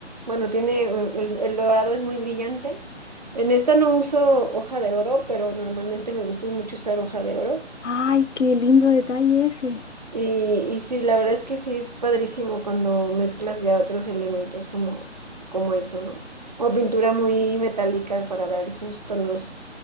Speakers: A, on the right; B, on the left.
A: bueno, tiene, el, el dorado es muy brillante. En esta no uso hoja de oro, pero normalmente me gusta mucho usar hoja de oro.
B: Ay, qué lindo detalle ese.
A: Y, y sí, la verdad es que sí es padrísimo cuando mezclas ya otros elementos como, como eso, ¿no? O pintura muy metálica para dar esos tonos